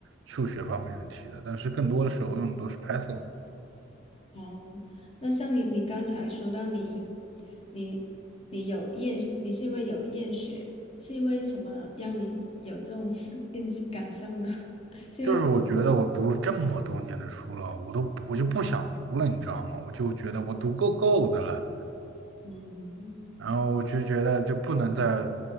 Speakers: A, on the right; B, on the left.
A: 数学方面的题的，但是更多的时候用的都是 Python。
B: 哦，那像你，你刚才说到你，你你有厌，你是因为有厌学，是因为什么让你有这种 <laughs> 厌感受呢？<laughs> 是因为
A: 就是我觉得我读了这么多年的书了，我都我就不想读了，你知道吗？我就觉得我读够够的了，
B: 嗯。
A: 然后我就觉得就不能再